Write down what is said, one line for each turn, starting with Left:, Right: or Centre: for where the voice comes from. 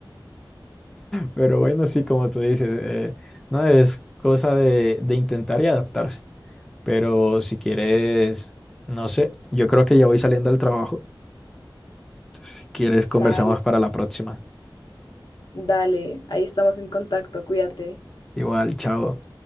Centre: pero bueno, sí, como tú dices, eh, no es cosa de, de intentar y adaptarse. Pero si quieres, no sé, yo creo que ya voy saliendo al trabajo. Si quieres, conversamos
Left: dale,
Centre: para la próxima.
Left: dale, ahí estamos en contacto, cuídate.
Centre: Igual, chao.